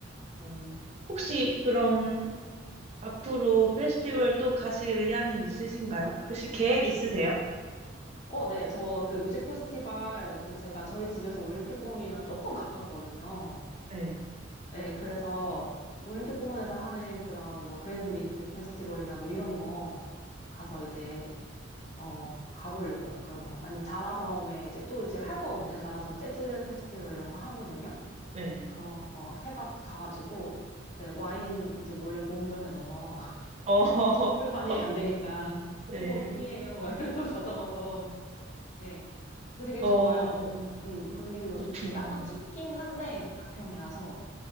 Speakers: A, on the right; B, on the left.
A: 어, 혹시 그럼 앞으로 페스티벌 또 가실 의향이 있으신가요? 혹시 계획 있으세요?
B: 어, 네. 저 그 뮤직 페스티벌 그 제가 저희 집에서 올림픽공원이랑 조금 가깝거든요.
A: 네,
B: 예, 그래서 올림픽공원에서 하는 그런 뭐 그랜드 민트 페스티벌이나 뭐 이런 거 가서 이제 어 가보려고요. 그런 거. 아니면 자라섬에 이제 또 이제 할 거거든요. 자라섬 재즈 페스티벌 이런 거 하거든요.
A: 네.
B: 그런 거 해가 가가지고 이제 와인 이제 몰래 보온병에 넣어서 <laughs>
A: 어,
B: 술 반입이
A: <laughs>
B: 안 되니까 <laughs>
A: 네.
B: 이거 물이에요. 막 이래서 <laughs> 가져가서 예. 근데 되게
A: 어,
B: 좋아요. 그 음, 분위기도
A: 그렇구나.
B: 좋고 약간 춥긴 한데 가평이라서